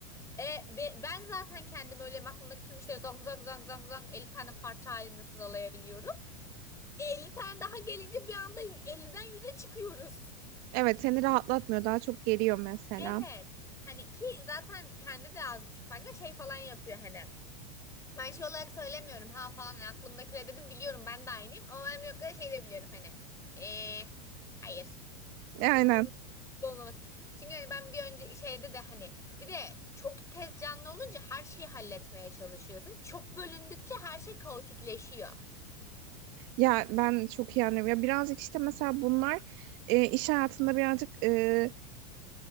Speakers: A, on the left (about 15°); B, on the right (about 50°).
A: E, be- ben zaten kendim öyle aklımdaki tüm işleri zang zang zang zang zang 50 tane parça halinde sıralayabiliyorum. 50 tane daha gelince bir anda 50'den 100'e çıkıyoruz.
B: Evet seni rahatlatmıyor daha çok geriyor mesela.
A: Evet. Hani ki zaten kendi de az buçuk farkında şey falan yapıyor hani. Ben şey olarak söylemiyorum ha falan hani aklımdakiler dedim biliyorum ben de aynıyım ama ben yok kadar şey de biliyorum hani. Eee hayır.
B: E, Aynen
A: Hmm, gibi olmaması. Çünkü hani ben bir önce şeyde de hani bir de çok tez canlı olunca her şeyi halletmeye çalışıyorsun. Çok bölündükçe her şey kaotikleşiyor.
B: Ya ben çok iyi anlıyorum. Ya birazcık işte mesela bunlar e, iş hayatında birazcık e,